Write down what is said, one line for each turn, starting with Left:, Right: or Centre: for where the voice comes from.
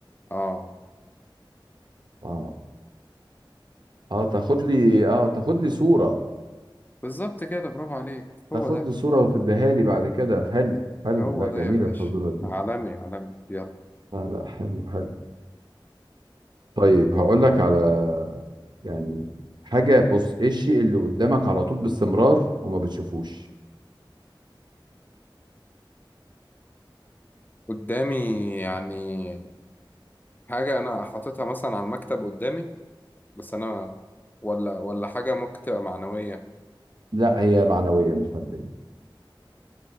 Left: اه
Right: اه اه تاخد لي اه تاخد لي صوره
Left: بالظبط كده برافو عليك هو
Right: تاخد
Left: ده
Right: لي صوره وتديها لي بعد كده حلو حلو
Left: هو
Right: لا
Left: ده
Right: جميله
Left: يا باشا
Right: الفزوره دي
Left: عالمي عالمي يلا
Right: لا لا حلو حلو طيب هقول لك على يعني حاجة بص ايه الشيء اللي قدامك على طول باستمرار وما بتشوفوش
Left: قدامي يعني حاجة أنا حاططها مثلا على المكتب قدامي بس أنا ولا ولا حاجة ممكن تبقى معنوية
Right: لا هي معنوية مش مادية